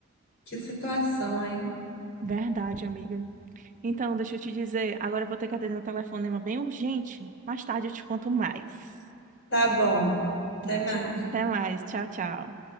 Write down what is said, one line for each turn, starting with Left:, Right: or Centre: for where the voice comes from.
Left: Que situação, hein?
Right: Verdade, amiga. Então, deixa eu te dizer, agora eu vou ter que atender um telefonema bem urgente. Mais tarde eu te conto mais.
Left: Tá bom. Até mais.
Right: Te- Até mais. Tchau, tchau.